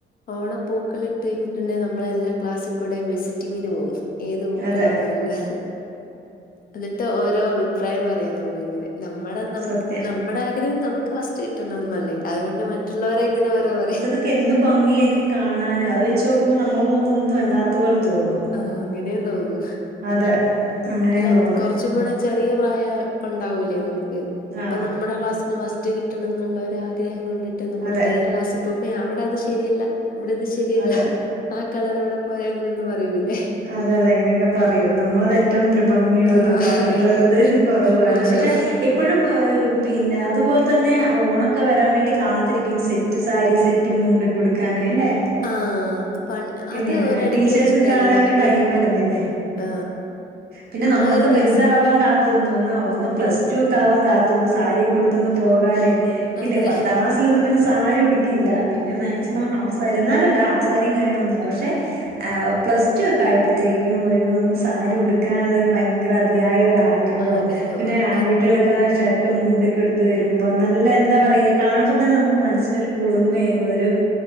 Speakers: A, on the left; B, on the right.
A: ഓണപ്പൂക്കളിട്ട് കഴിഞ്ഞിട്ടുണ്ടെങ്ക നമ്മളെല്ലാ ക്ലാസ്സിക്കൂടെയും വിസിറ്റിങ്ങിന് പോവും ഏത് പൂക്കളാനല്ലെ
B: അതെ
A: എന്നിട്ട് ഓരോ അഭിപ്രായം പറയുനമ്മളിങ്ങനെ നമ്മളെ നമക്ക്
B: സത്യം
A: നമ്മടെ ആഗ്രഹം നമക്ക് ഫസ്റ്റ് കിട്ടണന്നല്ലേ അതോകൊണ്ട് മറ്റുള്ളവരെ ഇങ്ങനെ ഓരാ പറയു
B: ഒക്കെ എന്ത് ഭംഗിയായിരിക്കും കാണാന് അഹ് വെച്ചോക്കുമ്പോ നമ്മളക്കൊന്നന്നും അല്ലാത്തപോലെ തോന്നും
A: ആഹ് അങ്ങനേയു തോന്നു
B: അതെ അങ്ങനെയും
A: അല്ലാ
B: തോന്നും
A: കൊറച്ച് ച്ച് കൂടെ ചെറിയ പ്രായ ഒണ്ടാവൂലേ നമുക്ക് അപ്പ
B: ആഹ്
A: നമ്മടെ ക്ലാസിന് ഫസ്റ്റ് റ്റ് കിട്ടണന്നുള്ളരാഗ്രഹം കൊണ്ടിട്ട് നമ്മള്
B: അതെ
A: വേറെ ക്ലാസിപോകുമ്പോ അവിടെ അത് ശെരിയല്ല ഇവിടെത് ശെരിയല്ലാ
B: അതെ
A: ആ കളറിവിടെ പോരാരുന്നു എന്ന് പറയൂല്ലേ
B: അതെതെ അങ്ങനെയൊക്കെ പറയും നമ്മളതെറ്റ ഏറ്റവും ഭംഗിയുള്ളതും
A: ആ
B: ബാക്കിയുള്ളവരത്
A: അതെ
B: കൊറവാണ്
A: മോശം
B: പക്ഷെ ഇപ്പോ ഇപ്പോഴും പിന്നെ അതുപോൽതന്നെ ഓണൊക്കെ വരാൻ വേണ്ടി കാത്തിരിക്കും സെറ്റ് സെറ്റ്സാരി സെറ്റുമുണ്ടൊക്കുടുക്കാന് അല്ലേ
A: ആ പൺ
B: ഇല്ലേ
A: അത് ഒരിടയ്ക്ക്
B: ആ ടീച്ചേഴസ്
A: വെച്ചിട്ടല്ലേ
B: കാ
A: തുടങ്ങിയേ
B: ടൈമാരുന്നില്ലേ
A: ആ
B: പിന്നെ നമ്മളൊക്കെ
A: ആ ഒരു
B: വെൽതവാൻ
A: ദിവസം
B: കാ ത്ത്ന്നു ഒന്ന് പ്ലസ്ടു ഒക്കെ ആവാൻ കാത്ത്ന്ന് സാരി യൊകേ ഉടുത്ത് ഒന്ന് പോകാനേ ഇല്ലേ
A: അതെ
B: പത്താം ക്ലാസ് അന്നൊന്നു പിന്നെ സാരിടുക്കില്ല പിന്നെ മാക്സിമം ഹാഫ് സാരി എന്നാലോല്ല ഹാഫ് സാരിയും കാര്യങ്ങളൊന്നുല്ല പക്ഷെ പ്ലസ് ടു ഒക്കെയപ്പോഴത്തേക്കും ഒരു നമക്ക് സാരി ഉടുക്കാനുള്ള ഭയങ്കര അതിയായ ആഗ്രഹോ
A: ആഗ്രഹം
B: പിന്നെ
A: ആ,
B: ആൺകുട്ടി
A: പത്ത്
B: ളൊക്കെ ഷർ ട്ടും മുണ്ടൊക്കെടുത്ത് വരുമ്പോ നല്ല എന്താ പറയാ കാണുമ്പതന്നെ നമുക്ക് മനസ്സിനൊരു കുളിർമയേകും ഒരു